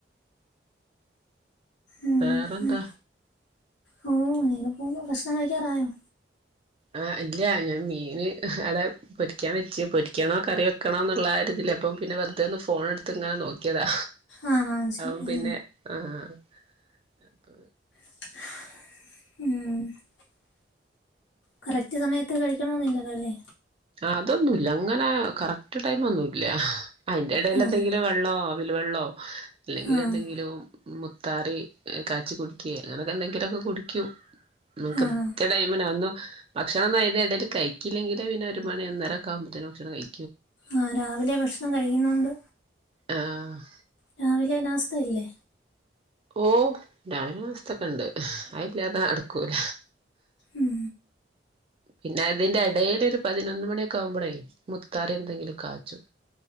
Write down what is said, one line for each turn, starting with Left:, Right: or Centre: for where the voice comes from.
Left: ഉം,
Right: വേറെ
Left: പിന്നെ
Right: എന്താ
Left: ഓ പോന്നു ഭക്ഷണം കഴിക്കാറായോ
Right: ആ ഇല്ല ഞാൻ മീന് അവിടെ പൊരിക്കാൻ വെച്ച് പൊരിക്കണോ കറി വെക്കണോന്നുള്ള ആ ഒരു ഇതില് അപ്പൊ പിന്നെ വെറുതെ ഒന്ന് ഫോൺ എടുത്ത് ഇങ്ങനെ നോക്കിയതാ
Left: ആ ആ ശരി
Right: അപ്പം
Left: ആ
Right: പിന്നെ ആഹ് അപ്പൊ
Left: ഉം കറക്റ്റ് സമയത്ത് കഴിക്കണമന്നില്ലല്ലോ അല്ലേ
Right: അതൊന്നുമല്ല അങ്ങനെ കറക്റ്റ് ടൈമ് ഒന്നുമല്ല അതിന്റെ ഇടയിൽ
Left: ആഹ്
Right: എന്തെങ്കിലും വെള്ളമോ വെള്ളോ അല്ലെങ്കിൽ
Left: ആഹ്
Right: എന്തെങ്കിലും മുത്താറി കാച്ചി കുടിക്കെ അങ്ങനെയൊക്കെ എന്തെങ്കിലുമൊക്കെ കുടിക്കും കൃത്യ
Left: ആഹ്
Right: ടൈമിനു അതൊന്നും ഭക്ഷ <unintelligible> ഇടയിൽ കഴിക്കില്ലെങ്കിൽ പിന്നെ ഒരു മണി ഒന്നരേക്കാവുമ്പത്തെന് ഭക്ഷണം കഴി
Left: ആഹ് രാവിലെ ഭക്ഷണം കഴിക്കുന്നൊണ്ട്
Right: ആഹ്
Left: രാവിലെ നാസ്തയില്ലേ
Right: ഓ രാവില നാസ്തക്കാ ഇണ്ട് അയില്ലാതാ അടുക്കൂല
Left: ഉം
Right: പിന്നെ അതിന്റെ ഡെയിലി ഒരു പതിനൊന്ന് മണിയൊക്കെ ആവുമ്പളെ മുത്താറി എന്തെങ്കിലും കാച്ചും